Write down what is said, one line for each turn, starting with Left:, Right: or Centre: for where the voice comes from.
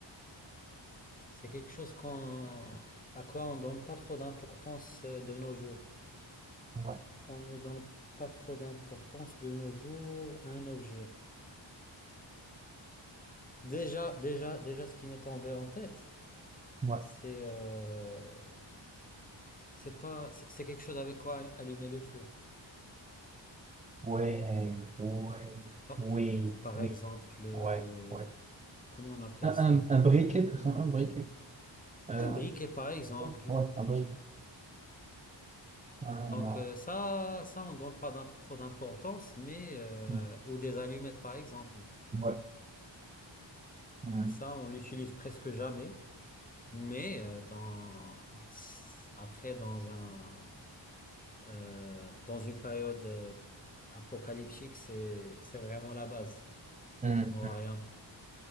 Left: C'est quelque chose qu'on, à quoi on donne pas trop d'importance euh, de nos jours.
Right: Ouais,
Left: On ne donne pas trop d'importance de nos jours à un objet. Déjà, déjà, déjà, ce qui m'est tombé en tête,
Right: ouais,
Left: c'est euh, c'est pas, c'est c'est quelque chose avec quoi allumer le feu.
Right: ouais, ouais,
Left: Par,
Right: oui,
Left: par
Right: oui,
Left: exemple, euh,
Right: ouais, ouais.
Left: comment on appelle
Right: Un,
Left: ça?
Right: un, un briquet, tout ça, un briquet. Euh,
Left: Un briquet, par exemple.
Right: ouais, un briquet. Ah,
Left: Donc euh, ça, ça, on donne pas d'im- trop d'importance, mais euh,
Right: ouais.
Left: ou des allumettes, par exemple.
Right: Hmm, ouais. Hmm,
Left: Ça, on l'utilise presque jamais, mais euh, dans après dans un Euh, dans une période euh, apocalyptique, c'est, c'est vraiment la base.
Right: hmm,
Left: On n'aura
Right: hmm.
Left: rien.